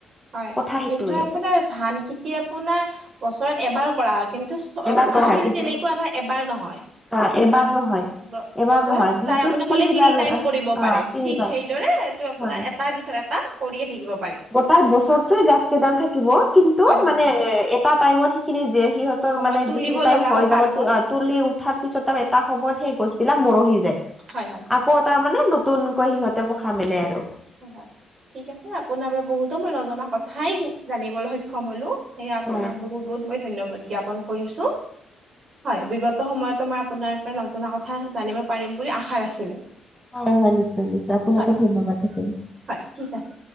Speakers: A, on the right; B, in the centre.
A: হয়।
B: কথা সেইটোৱে।
A: কিন্তু আপোনাৰ ধান খেতি আপোনাৰ বছৰত এবাৰ কৰা হয়। কিন্তু চাহ
B: এবাৰ নহয়
A: খেতি
B: কিন্তু
A: তেনেকুৱা নহয়, এবাৰ নহয়
B: অ' এবাৰ
A: মানে
B: নহয় এবাৰ
A: বছৰত
B: নহয় সেইটোত
A: প্ৰায় আপুনি কলেই
B: তিনিবাৰ
A: তিনি টাইম
B: অ
A: কৰিব পাৰে।
B: তিনিবাৰ
A: ঠিক সেইদৰে এইটো আপোনাৰ
B: হয়
A: এটাৰ পিছত এটা। কৰিয়ে থাকিব পাৰে।
B: কটাই বছৰটোয়ে গাছ কেইডাল থাকিব কিন্তু
A: হয় হয়
B: মানে
A: হয়
B: এ এটা টাইমত সেইখিনি যে। সিহঁতৰ
A: সময়ত
B: মানে
A: তুলিব
B: যিখিনি টাইম
A: লগা
B: হৈ
A: হয় পাতবোৰ
B: যাব থোৱা। তুলি উঠাৰ পিছত আৰু এটা সময়ত সেই গছ বিলাক মৰহি যায়।
A: হয় হয় হয়
B: আকৌ। তাৰ মানে নতুনকৈ সিহঁতে পোখা মেলে আৰু।
A: উম হয় ঠিক আছে, আপোনাৰ পৰা বহুতো মই নজনাই কথাই জানিবলৈ সক্ষম হ'লো। সেয়া আপোনাক
B: হয়
A: বহুত বহুত মই ধন্যবাদ জ্ঞাপন কৰিছো। হয় বিগত সময়তো মই আপোনাৰ পৰা নজনা কথা জানিব পাৰিম বুলি আশা ৰাখিলোঁ।
B: হয় হয় নিশ্চয় নিশ্চয় আপোনাকো
A: হয় হয়
B: ধন্যবাদ থাকিল।
A: হয় ঠিক আছে।